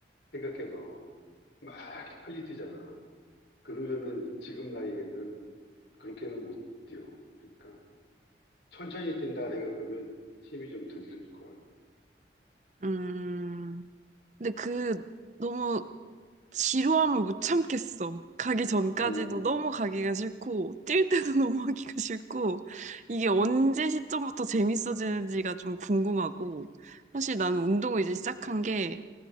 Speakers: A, on the left; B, on the right.
A: 생각해서 막 이렇게 빨리 뛰잖아. 그러면은 지금 나이에는 그렇게는 못 뛰어. 그러니까 천천히 뛴다 생각하면 힘이 좀 들들 거라고.
B: 음. 근데 그, 너무 지루함을 못 참겠어. 가기 전까지도
A: 음,
B: 너무 가기가 싫고, 뛸 때도 <laughs> 너무 하기가 싫고, 이게 언제 시점부터 재밌어지는지가 좀 궁금하고, 사실 나는 운동을 이제 시작한 게